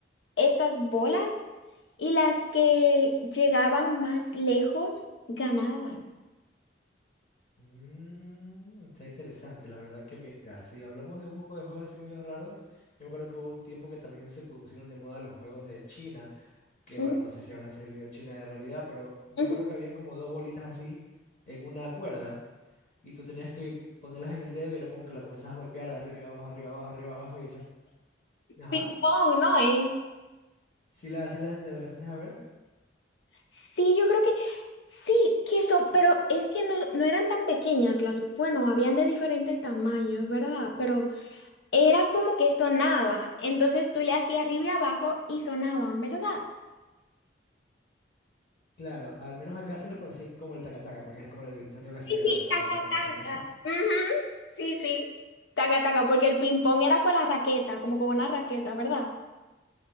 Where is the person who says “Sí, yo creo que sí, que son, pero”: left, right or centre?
Left